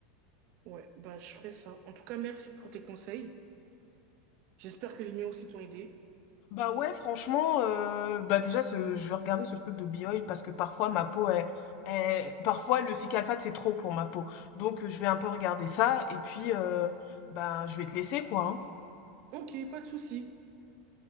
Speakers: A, on the right (about 55°); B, on the left (about 55°).
A: Ouais, bah, je ferai ça. En tout cas, merci pour tes conseils. J'espère que les miens aussi t'ont aidé.
B: Bah ouais, franchement, euh, bah déjà, ce, je vais regarder ce truc de Bioil parce que parfois ma peau est, parfois le cycalphate c'est trop pour ma peau. Donc euh, je vais un peu regarder ça et puis euh, bah, je vais te laisser quoi, hein.
A: Ok, pas de souci.